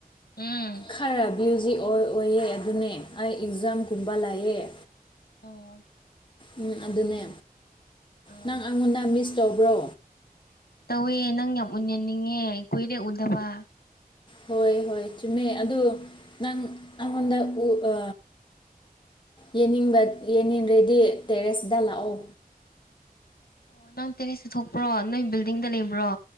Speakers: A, on the left; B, on the left.
A: ꯎꯝ
B: ꯈꯔꯕꯤꯎꯁ꯫ ꯑꯣꯏ ꯑꯣꯏꯌꯦ ꯑꯗꯨꯅꯦ ꯑꯩ ꯑꯦꯛꯖꯥꯝꯒꯨꯝꯕ
A: ꯑꯣ
B: ꯂꯩꯑꯦ꯫
A: ꯑꯣ꯫
B: ꯎꯝ ꯑꯗꯨꯅꯦ
A: ꯑꯣ
B: ꯅꯪ ꯑꯩꯉꯣꯟꯗ ꯃꯤꯁ ꯇꯧꯕ꯭ꯔꯣ꯫
A: ꯇꯧꯋꯦ ꯅꯪ ꯌꯥꯝ ꯎꯅꯅꯤꯡꯉꯦ ꯀꯨꯏꯔꯦ ꯎꯗꯕ꯫
B: ꯍꯣꯏ ꯍꯣꯏ ꯆꯨꯝꯃꯦ ꯑꯗꯨ ꯅꯪ ꯑꯩꯉꯣꯟꯗ ꯎ ꯑ ꯌꯦꯅꯤꯡꯕ ꯌꯦꯅꯤꯡꯔꯗꯤ ꯇꯦꯔꯦꯁꯇ ꯂꯥꯛꯑꯣ
A: ꯑꯣ ꯅꯪ ꯇꯦꯔꯤꯁꯇ ꯊꯣꯛꯄ꯭ꯔꯣ ꯅꯣꯏ ꯕꯤꯜꯗꯤꯡꯗ ꯂꯩꯕ꯭ꯔꯣ